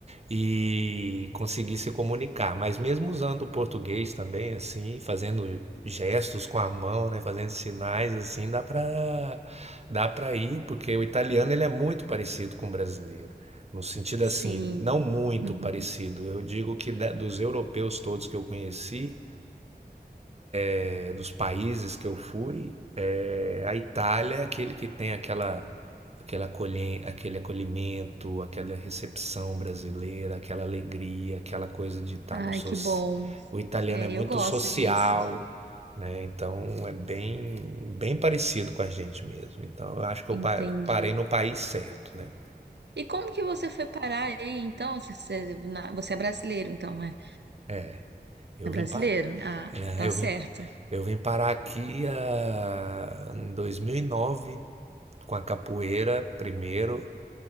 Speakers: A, on the right; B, on the right.
A: e conseguir se comunicar. Mas mesmo usando o português também, assim, fazendo gestos com a mão, né? Fazendo sinais, assim, dá para dá para ir, porque o italiano ele é muito parecido com o brasileiro. No sentido
B: Sim.
A: assim, não muito
B: Uhum.
A: parecido. Eu digo que da- dos europeus todos que eu conheci, eh, dos países que eu fui, eh, a Itália é aquele que tem aquela, aquela acolhe- aquele acolhimento, aquela recepção brasileira, aquela alegria, aquela coisa de estar
B: Ai,
A: no soci...
B: que bom.
A: O italiano
B: É,
A: é muito
B: eu gosto
A: social,
B: disso.
A: né? Então é bem, bem parecido com a gente mesmo. Então eu acho que eu
B: Entendi.
A: pa- parei no país certo, né?
B: E como que você foi parar aí, então? Você, você na- você é brasileiro, então, né?
A: É, eu
B: É brasileiro?
A: vim parar.
B: Ah,
A: É,
B: tá
A: eu
B: certo.
A: vim Eu vim parar aqui ah, em 2009 com a capoeira primeiro